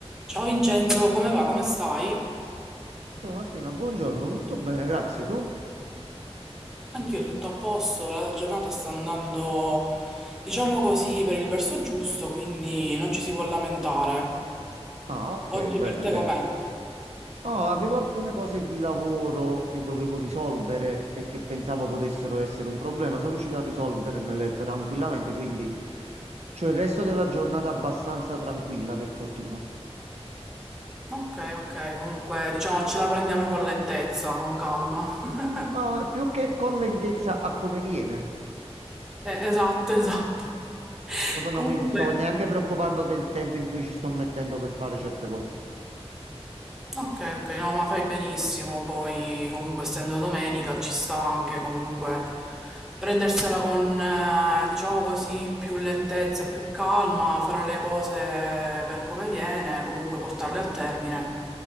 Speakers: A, in the centre; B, on the right (about 80°).
A: Ciao Vincenzo, come va? Come stai?
B: Ciao Martina, buongiorno, tutto bene, grazie. Tu?
A: Anch'io tutto a posto, la giornata sta andando, diciamo così, per il verso giusto, quindi non ci si può lamentare.
B: Ah, ok,
A: Oggi
B: bene,
A: per te
B: bene.
A: com'è?
B: No, avevo alcune cose di lavoro che dovevo risolvere e che pensavo potessero essere un problema. Sono riuscito a risolvermele tranquillamente, quindi c'ho il resto della giornata abbastanza tranquilla, per fortuna.
A: Ok, ok, comunque diciamo ce la prendiamo con lentezza, con calma. <laughs>
B: Ma più che con lentezza a come viene,
A: Eh, esatto, esatto. <laughs>
B: proprio
A: Comunque,
B: non mi sto neanche preoccupando del tempo in cui ci sto mettendo per fare certe cose.
A: Ok, ok, no, ma fai benissimo, poi comunque essendo domenica ci sta anche comunque prendersela con, eh, diciamo così, più lentezza, più calma, fare le cose per come viene, comunque portarle a termine,